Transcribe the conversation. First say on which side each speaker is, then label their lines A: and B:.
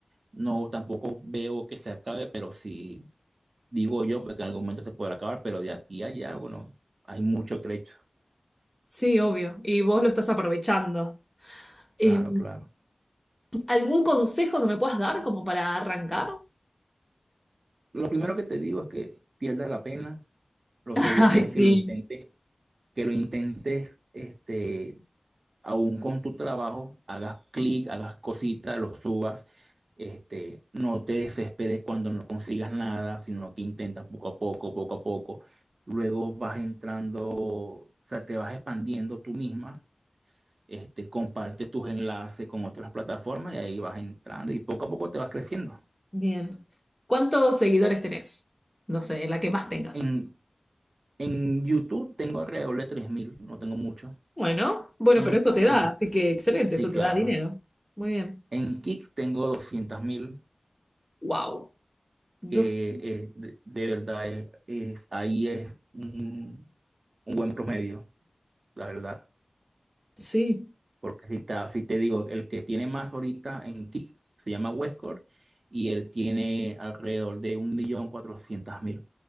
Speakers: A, on the right (about 70°); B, in the centre.
A: no, tampoco veo que se acabe, pero sí digo yo pues, que en algún momento se podrá acabar, pero de aquí a allá, bueno, hay mucho trecho.
B: Sí, obvio. Y vos lo estás aprovechando. Eh,
A: Claro, claro.
B: ¿algún consejo que me puedas dar como para arrancar?
A: Lo primero que te digo es que pierdas la pena, lo
B: <laughs>
A: segundo
B: Ay,
A: es
B: sí.
A: que lo intentes. que lo intentes, este, aún con tu trabajo, hagas clic, hagas cositas, lo subas, este, no te desesperes cuando no consigas nada, sino que intentas poco a poco, poco a poco. Luego vas entrando, o sea, te vas expandiendo tú misma. Este, comparte tus enlaces con otras plataformas y ahí vas entrando y poco a poco te vas creciendo.
B: Bien. ¿Cuántos seguidores tenés? No sé, la que más tengas.
A: En, en YouTube tengo alrededor de 3.000, no tengo mucho.
B: Bueno, bueno,
A: En,
B: pero eso te da,
A: en,
B: así que excelente,
A: sí,
B: eso
A: claro.
B: te da dinero. Muy bien.
A: En Kick tengo doscientas mil
B: Wow. Dos.
A: que eh, de, de verdad es, es- ahí es un, un buen promedio, la verdad.
B: Sí.
A: Porque si, ta- si te digo, el que tiene más ahorita en Kick se llama Westcore y él tiene alrededor de un millón cuatrocientas mil